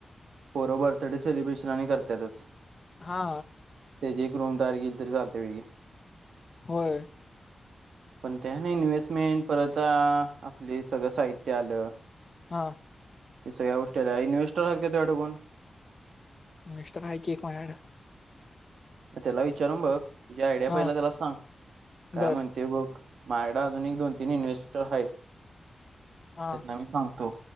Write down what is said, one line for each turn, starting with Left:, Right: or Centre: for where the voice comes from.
Right: पोर बर्थडे सेलिब्रेशन आणि करत्यातच
Left: हा
Right: ते जे क्रोम तयार केली तरी चालते व्हय किनय
Left: होय
Right: पण त्या आणि इन्व्हेस्टमेंट परत, आपले हे सगळं साहित्य आलं
Left: हा
Right: <unintelligible>
Left: इन्व्हेस्टर हाय की एक माझ्या कड
Right: त्याला विचारून बघ तुझी आयडिया
Left: हां
Right: पहिला त्याला सांग, काय
Left: बर
Right: म्हणतय बघ माझ्याकडं अजून एक दोन तीन इन्व्हेस्टर आहेत
Left: हां
Right: त्याना मी सांगतो